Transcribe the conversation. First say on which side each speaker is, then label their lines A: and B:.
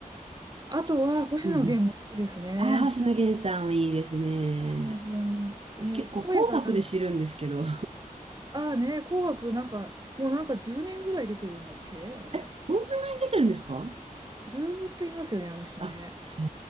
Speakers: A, on the right; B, on the right.
A: あとは、星野源も好きですね。
B: うんああ、星野源さんいいですね。
A: 星野源、もう声がなん、
B: 私結構紅白で知るんですけど。
A: ああね、紅白なんか、もうなんか10年ぐらい出てるんだっけあれ。
B: <laughs> え、そんなに出てるんですか
A: ずーっといますよね、あの人ね。
B: あ、そ